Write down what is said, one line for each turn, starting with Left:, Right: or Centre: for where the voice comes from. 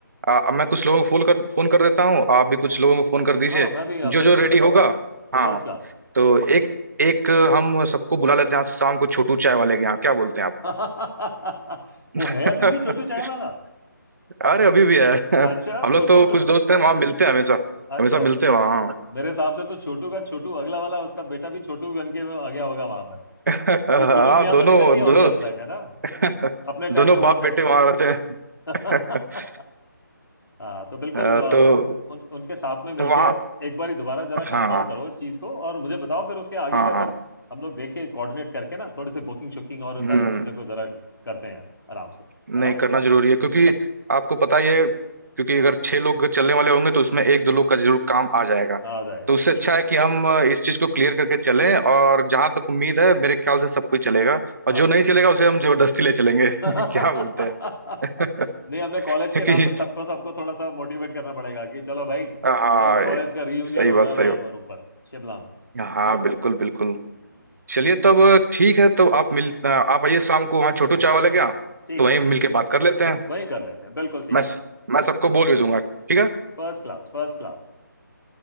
Right: आ, मैं कुछ लोगों को फोन कर फोन कर देता हूँ आप भी कुछ लोगों को फोन कर दीजिए
Left: हाँ मैं भी हाँ,
Right: जो
Left: बिल्कुल
Right: जो रेडी होगा हाँ
Left: First class
Right: तो एक एक हम सबको बुला लेते हैं आज शाम को छोटू चाय वाले के यहाँ क्या बोलते हैं
Left: <laughs> वो है
Right: आप
Left: अभी भी छोटू
Right: <laughs>
Left: चाय वाला
Right: अरे अभी भी है <laughs>
Left: अच्छा
Right: हम लोग
Left: तो
Right: तो
Left: छोटू
Right: कुछ दोस्त हैं वहाँ मिलते हैं हमेशा
Left: अच्छा
Right: हमेशा मिलते हैं वहाँ हाँ
Left: मेरे हिसाब से तो छोटू का छोटू अगला वाला उसका बेटा भी छोटू बन के आ गया होगा वहां
Right: <laughs> हाँ,
Left: ये छोटू मियां
Right: दोनों
Left: तो निकल लिए होंगे अब तक है ना
Right: दोनों <laughs>
Left: अपने टाइम
Right: दोनों
Left: में हुआ
Right: बाप बेटे
Left: करते
Right: वहां
Left: थे
Right: रहते हैं
Left: <laughs>
Right: <laughs>
Left: हाँ तो बिल्कुल
Right: अ,
Left: अ,
Right: तो
Left: उन, उनके साथ में मिलके
Right: वहाँ
Left: एक बार ही दोबारा जरा कंफर्म
Right: हाँ
Left: करो इस चीज को और मुझे बताओ फिर उसके आगे
Right: हाँ
Left: का फिर
Right: हाँ
Left: हम लोग देख के कोऑर्डिनेट करके ना थोड़ी सी बुकिंग शुकिंग और
Right: हम्म
Left: सारी चीजों को जरा करते हैं आराम से
Right: नहीं
Left: है ना
Right: करना जरूरी है क्योंकि आपको पता ही है क्योंकि अगर छह लोग चलने वाले होंगे तो उसमें एक दो लोग का जरूर काम आ जाएगा
Left: आ जाएगा
Right: तो उससे अच्छा
Left: बिल्कुल
Right: है कि हम अ, इस चीज को क्लियर करके चलें और जहां तक उम्मीद है मेरे ख्याल से सब कोई चलेगा और
Left: हाँ
Right: जो नहीं चलेगा उसे हम जबरदस्ती ले चलेंगे <laughs>
Left: <laughs>
Right: क्या बोलते हैं <laughs>
Left: नहीं अपने कॉलेज
Right: क्योंकि
Left: के नाम पर सबको सबको थोड़ा सा मोटिवेट करना पड़ेगा कि चलो भाई
Right: हाँ
Left: कॉल कॉलेज का रीयूनियन
Right: सही
Left: हो
Right: बात
Left: रहा है
Right: सही
Left: वहां
Right: बात
Left: पर ऊपर शिमला में है
Right: हाँ
Left: ना
Right: बिल्कुल बिल्कुल
Left: हम्म।
Right: चलिए तब ठीक है तो आप मिल आप आइए शाम को वहाँ छोटू चाय वाले के यहाँ
Left: ठीक
Right: तो वहीं
Left: है
Right: मिलके बात कर लेते हैं
Left: वहीं कर लेते हैं बिल्कुल ठीक
Right: मैं
Left: है
Right: मैं सबको बोल भी दूंगा ठीक है
Left: First class first class